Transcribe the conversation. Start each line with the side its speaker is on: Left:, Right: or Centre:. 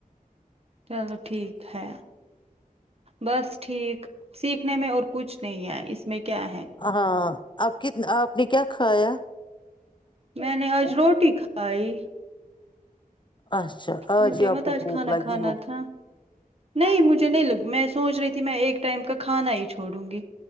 Right: چلو ٹھیک ہے بس ٹھیک سیکھنے میں اور کچھ نہیں ہے اس میں کیا ہے
Left: ہاں آپ کتنا آپ نے کیا کھایا
Right: میں نے اج روٹی کھ بائے
Left: اچھا
Right: مجھے
Left: ہی آپ
Right: مت
Left: کو
Right: آج
Left: بھوک
Right: کھانا
Left: لگی
Right: کھانا
Left: ہوگی
Right: تھا نہیں مجھے نہیں لگ میں سوچ رہی تھی ت میں ایک ٹائم کا کھانا ہی چھوڑوں گی